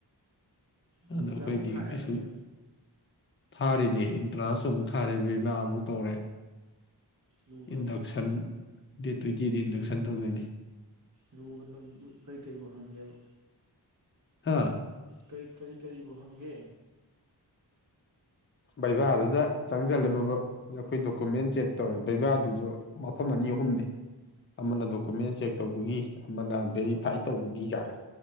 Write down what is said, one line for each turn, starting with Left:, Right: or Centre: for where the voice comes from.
Right: ꯑꯣ
Left: ꯑꯗ‌ꯣ
Right: ꯑꯦꯛꯖꯥꯝꯕꯨ
Left: ꯑꯩꯈꯣꯏꯗꯤ
Right: ꯊꯥꯏꯔꯦ
Left: ꯀꯩꯁꯨ
Right: ꯅꯣꯏꯁꯦ
Left: ꯊꯥꯔꯤꯅꯦ ꯏꯟꯇ꯭ꯔꯥꯟꯁ ꯑꯃꯨꯛ ꯊꯥꯔꯦ ꯕꯩꯕꯥ ꯑꯃꯨꯛ ꯇꯧꯔꯦ
Right: ꯂꯨꯈ꯭ꯔꯕ
Left: ꯏꯟꯗꯛꯁꯟ ꯗꯦꯠ ꯇ꯭ꯋꯦꯟꯇꯤꯗ ꯏꯟꯗꯛꯁꯟ ꯇꯧꯗꯣꯏꯅꯦ
Right: ꯂꯨꯕꯅ‌ꯣ ꯂꯨ ꯀꯩꯀꯩꯕꯨ ꯍꯪꯒꯦꯕ
Left: ꯍꯥꯥ
Right: ꯀꯩ ꯀꯔꯤ ꯀꯔꯤꯕꯨ ꯍꯪꯒꯦ
Left: ꯕꯩꯕꯥꯗꯨꯗ ꯆꯪꯁꯤꯜꯂꯦ ꯄꯔ‌ꯞ ꯄꯔꯞ ꯑꯩꯈꯣꯏ ꯗꯣꯀꯨꯃꯦꯟ ꯆꯦꯛ ꯇꯧꯔꯦ ꯕꯩꯕꯥꯗꯨꯁꯨ ꯃꯐꯝ ꯑꯅꯤ ꯑꯍꯨꯝꯅꯤ ꯑꯃꯅ ꯗꯣꯀꯨꯃꯦꯟ ꯆꯦꯛ ꯇꯧꯕꯒꯤ ꯑꯃꯅ ꯚꯦꯔꯤꯐꯥꯏ ꯇꯧꯕꯒꯤ ꯀꯥꯏꯅ